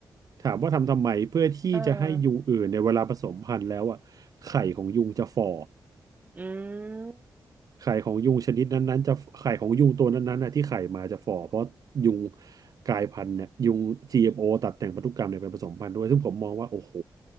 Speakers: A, on the right; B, on the right.
A: ถามว่าทำทำไมเพื่อที่จะให้ยุงอื่นในยเวลาผสมพันธุ์แล้วอ่ะไข่ของยุงจะฝ่อ
B: เอออืม
A: ไข่ของยุงชนิดนั้นๆจะไข่ของยุงตัวนั้นๆน่ะที่ไข่มาจะฝ่อเพราะยุงกลายพันธุ์เนี่ยยุง GMO ตัดแต่งพันธุกรรมเนี่ยไปผสมพันธุ์ด้วยซึ่งผมมองว่าโอ้โห